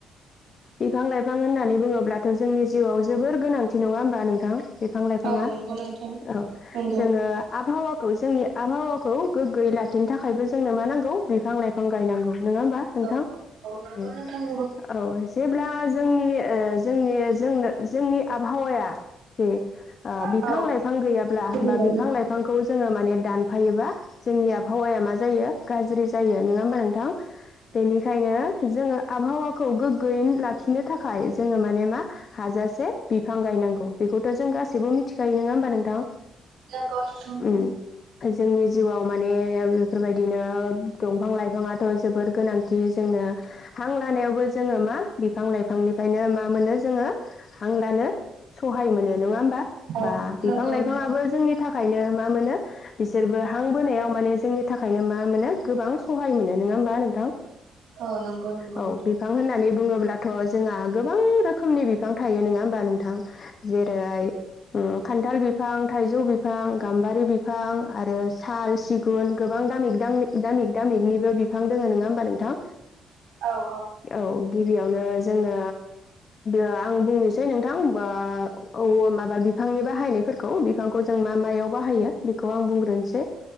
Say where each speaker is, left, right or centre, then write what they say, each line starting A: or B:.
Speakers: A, on the left; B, on the right.
A: बिफां लाइफां होननानै बुङोब्लाथ' जिउआव जोबोर गोनांथि नङा होमबा नोंथां बिफां लाइफाङा?
B: औ नंगौ नोंथां
A: औ,
B: नंगौ
A: जोङो आबहावा खौ जोंनि आबहावाखौ गोग्गोयै लाखिनो थाखायबो जोंनो मा नांगौ बिफां लाइफां गायनांगौ। नङा होमबा नोंथां?
B: औ औ नंगौ
A: ओं
B: नोंथां नंगौ
A: ओ जेब्ला जोंनि ओ जोंनि जोंनो जोंनि आबहावाया जे ओ बिफां
B: औ
A: लाइफां गैयाब्ला
B: नंगौ नंगौ
A: बा बिफां लाइफांखौ जोङो माने दान फायोबा जोंनि आबहावाया मा जायो गाज्रि जायो नोङा होमबा नोंथां? बेनिखायनो जोङो आबहावा खौ गोग गोयैनो लाखिनो थाखाय जोङो माने मा हाजासे बिफां गायनांगौ बेखौथ' जों गा सैबो मिथिखायो नङा होमबा नोंथां?
B: नंगौ नोंथां
A: ओम जोंनि जिउआव माने ओम बेफोरबायदिनो दंफां लाइफांङाथ' जोबोर गोनांथि जोंनो हां लानायावबो जोंङो मा बिफां लाइफांनिफ्रायनो मा मोनो जोंङो हांलानो सहाय मोनो नंङा होमबा
B: औ
A: बा बिफां-
B: नंगौ
A: लाइफांङाबो
B: नंगौ
A: जोंनि थाखायनो मा- मोनो बिसोरबो हां बोनायाव माने जोंनि थाखायनो मा- मोनो गोबां सहाय मोनो नोंङा होमबा नोंथां?
B: औ नंगौ -नंगौ।
A: औ बिफां होननानै बुंङोब्लाथ' जोंहा गोबां रोखोमनि बिफां थायो नोंङा होमबा नोंथां जेरै उम खान्थाल बिफां, थाइजौ बिफां, गाम्बारि बिफां आरो साल सिगुन गोबां दामिक दामि दामिक दामिकनिबो बिफां दोंङो नोंङा होमबा नोंथां?
B: औ -औ।
A: औ गिबियावनो जोंनो आं बुंनोसै नोंथां बा औ औ माबा बिफांनि बाहायनाय फोरखौ बिफांखौ जों मा मायाव बाहायो -खौ आं बुंग्रोनोसै